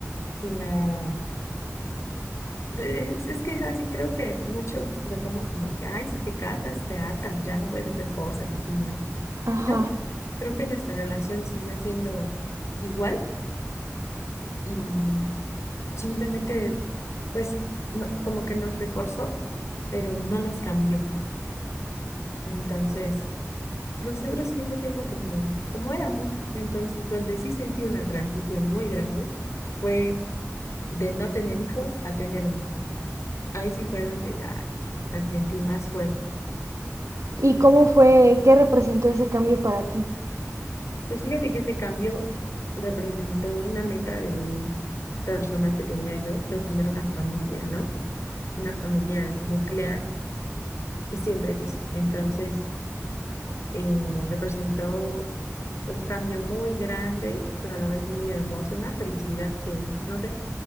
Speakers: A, on the left (about 65°); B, on the right (about 75°).
A: sino eh, es, es que es así, creo que muchos lo toman como que, ay, si te casas, te atan, ya no puedes hacer cosas, así, ¿no?
B: Ajá.
A: No, creo que nuestra relación siguió siendo igual y simplemente, pues, no- como que nos reforzó, pero no nos cambió. Entonces... Nosotros seguimos siendo como, como éramos. Entonces, donde sí sentí una transición muy grande fue de no tener hijos a tener uno. Ahí sí fue donde la, la sentí más fuerte.
B: ¿Y cómo fue, qué representó ese cambio para ti?
A: Pues fíjate que este cambio representó una meta de personal que tenía yo, de tener una familia, ¿no? Una familia nuclear que siempre quise. Entonces, eh, representó un cambio muy grande, pero a la vez muy hermoso, una felicidad que, no sé,